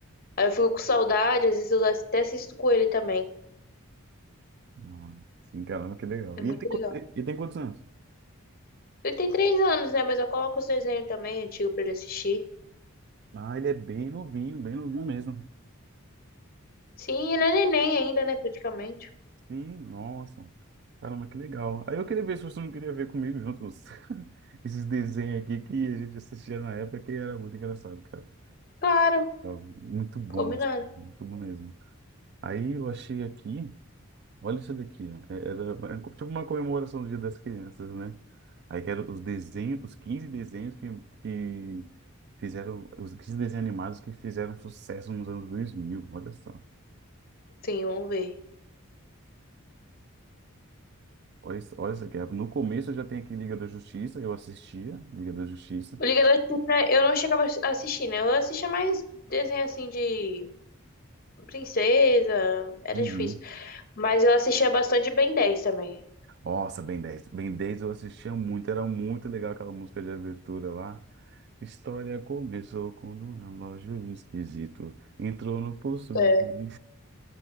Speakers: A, on the left; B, on the right.
A: Aí eu fico com saudade, às vezes eu até assisto com ele também.
B: Ah, sim, caramba, que legal.
A: É
B: E
A: muito
B: tem, qu-
A: legal.
B: e tem quantos anos?
A: Ele tem três anos, né? Mas eu coloco os desenhos também, antigo, pra ele assistir.
B: Ah, ele é bem novinho, bem novinho mesmo.
A: Sim, ele é neném ainda, né? Praticamente.
B: Sim, nossa. Caramba, que legal. Aí eu queria ver se você não queria ver comigo juntos <laughs> esses desenhos aqui que a gente assistia na época que era muito engraçado, cara.
A: Claro,
B: Era Muito bom,
A: combinado.
B: isso, muito bom mesmo. Aí eu achei aqui, olha isso daqui, ó. É- Era é tipo uma comemoração do Dia das Crianças, né? Aí que eram os desenhos, os 15 desenhos que, que fizeram, os 15 desenhos animados que fizeram sucesso nos anos dois mil olha só.
A: Sim, vamos ver.
B: Olha, isso- olha essa aqui. é, No começo eu já tenho aqui Liga da Justiça, eu assistia Liga da Justiça.
A: O Liga da Justiça eu não chegava a assistir, né? Eu assistia mais desenho assim de princesa, era
B: Uhum.
A: difícil. Mas eu assistia bastante Ben 10 também.
B: Nossa, Ben 10. Ben 10 eu assistia muito, era muito legal aquela música de abertura lá. História começou quando um relógio esquisito entrou no pulso.
A: É.
B: <laughs>